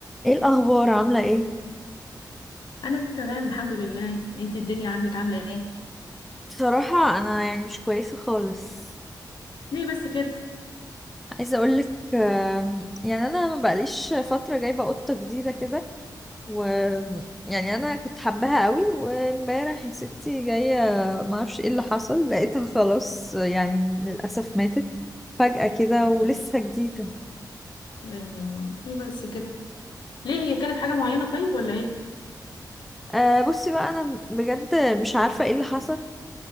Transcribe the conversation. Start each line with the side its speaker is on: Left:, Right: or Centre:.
Centre: ايه الاخبار عامله ايه
Left: انا تمام الحمد لله انت الدنيا عندك عامله ايه
Centre: بصراحه انا يعني مش كويسه خالص
Left: ليه بس كده
Centre: عايزه اقولك آم، يعني انا ما بقاليش فتره جايبه قطه جديده كده و يعني انا كنت حباها قوي وامبارح يا ستي جايه ما اعرفش ايه اللي حصل لقيتها خلاص يعني للاسف ماتت فجأة كده
Left: يعني
Centre: ولسه جديدة
Left: ليه ليه بس كده ليه هي اكلت حاجه معينه طيب ولا ايه
Centre: أه بصي بقى أنا بجد مش عارفة ايه اللي حصل